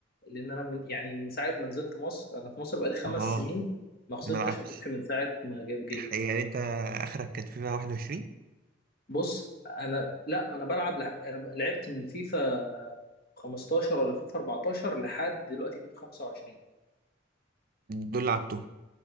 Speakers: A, on the left (about 50°); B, on the right (about 50°).
A: لان انا من يعني من ساعة ما نزلت مصر انا في مصر بقالي خمس
B: اه
A: سنين ما خسرتش
B: ما لعبتش
A: ماتش من ساعة ما جيت
B: يعني انت اخرك كانت فيفا 21
A: بص انا لا انا بلعب لح... انا لعبت من فيفا 15 ولا فيفا 14 لحد دلوقتي فيفا 25
B: دول لعبتهم